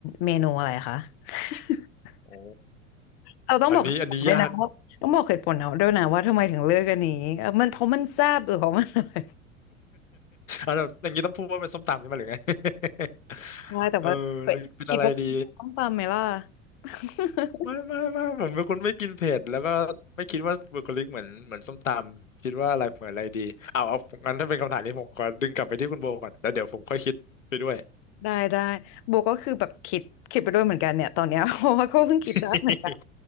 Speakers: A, on the left; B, on the left.
A: เมนูอะไรคะ <laughs>
B: โอ้
A: เราต้องบอกเหตุผลด้วยนะว่าต้องบอกเหตุผลเอาด้วยนะว่าทำไมถึงเลือกอันนี้เออมันเพราะมันแซ่บหรือเพราะมันอะไร
B: อันนี้อันนี้ยาก <laughs> อันนั้นอย่างนี้ต้องพูดว่าเป็นส้มตำใช่ไหมหรือไง <laughs>
A: ใช่แต่ว่าเอ้ยคิดว่าต้องตามไหมล่ะ
B: เออเลยเป็นอะไรดี
A: <laughs>
B: ไม่ไม่ไม่ผมเป็นคนไม่กินเผ็ดแล้วก็ไม่คิดว่าบุคลิกเหมือนเหมือนส้มตำคิดว่าอะไรเหมือนอะไรดีเอาเอางั้นถ้าเป็นคำถามนี้ผมขอดึงกลับไปที่คุณโบก่อนแล้วเดี๋ยวผมค่อยคิดไปด้วย
A: ได้ได้โบก็คือแบบคิดคิดไปด้วยเหมือนกันเนี่ยตอนเนี้ย <laughs> เพราะว่าก็เพิ่งคิดได้เหมือนกัน
B: <laughs>